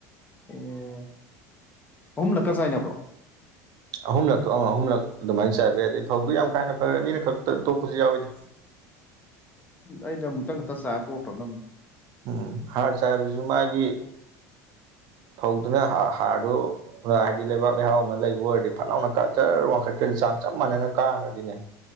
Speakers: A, on the left; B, on the right.
A: ꯑꯣ ꯑꯍꯨꯝꯂꯛꯀ ꯆꯥꯏꯅꯕ꯭ꯔꯣ
B: ꯑꯍꯨꯝꯂꯛꯇꯣ ꯑ ꯑꯍꯨꯝꯂꯛ ꯑꯗꯨꯃꯥꯏꯅ ꯆꯥꯏꯕ ꯌꯥꯏ ꯑꯗꯩ ꯐꯧꯗꯤ ꯌꯥꯝ ꯀꯥꯏꯅ ꯐꯔꯦ ꯑꯅꯤꯔꯛ ꯈꯛꯇ ꯇꯣꯛꯄꯁꯨ ꯌꯥꯎꯏꯗ
A: ꯑꯩꯩꯅ ꯑꯃꯨꯛꯇꯪ ꯈꯛꯇ ꯆꯥꯛ ꯇꯣꯛꯈ꯭ꯔꯣ ꯅꯕꯦ
B: ꯎꯝ ꯍꯥꯔ ꯆꯥꯏꯕꯁꯨ ꯃꯥꯒꯤ ꯐꯧꯗꯨꯅ ꯍꯥ ꯍꯥꯔꯗ ꯍꯥꯏꯗꯤ ꯂꯩꯕꯥꯛ ꯂꯩꯍꯥꯎꯅ ꯂꯩꯕ ꯑꯣꯏꯔꯗꯤ ꯐꯠꯅꯥꯥꯎꯅ ꯀꯥꯆꯔ ꯋꯥꯡꯈꯠꯀꯗꯤ ꯆꯥꯡ ꯆꯞ ꯃꯥꯟꯅꯅ ꯀꯥꯈ꯭ꯔꯗꯤꯅꯦ